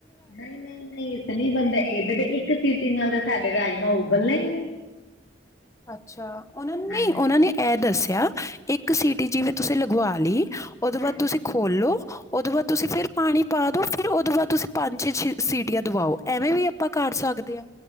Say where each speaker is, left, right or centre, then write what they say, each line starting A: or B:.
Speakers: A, on the left; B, on the left.
A: ਨਹੀਂ ਨਹੀਂ ਨਹੀਂ ਇਸ ਨ ਬੰਦਾ ਇਦੇ ਦੇ <unintelligible> ਇੱਕ ਸੀਟੀ ਨਾਲ ਤੇ ਸਾਡੇ ਰਾਜਮਾਂ ਉਬਲਨੇ ਹੀ ਨਹੀਂ
B: ਅੱਛਾ ਉਹਨਾਂ ਨਹੀਂ
A: ਹਾਂਜੀ
B: ਉਹਨਾਂ ਨੇ ਇਹ ਦੱਸਿਆ ਇੱਕ ਸੀਟੀ ਜਿਵੇਂ ਤੁਸੀਂ ਲਗਵਾ ਲਈ ਉਹਦੋਂ ਬਾਅਦ
A: ਹਾਂਜੀ
B: ਤੁਸੀਂ ਖੋਲ ਲੋ ਉਦੋਂ ਬਾਅਦ ਤੁਸੀਂ ਫਿਰ ਪਾਣੀ ਪਾ ਦੋ, ਫਿਰ ਉਦੋਂ ਬਾਅਦ ਤੁਸੀਂ ਪੰਜ ਛ ਸੀਟੀਆਂ ਦਵਾਓ, ਐਵੇਂ ਵੀ ਆਪਾਂ ਕਰ ਸਕਦੇ ਹਾਂ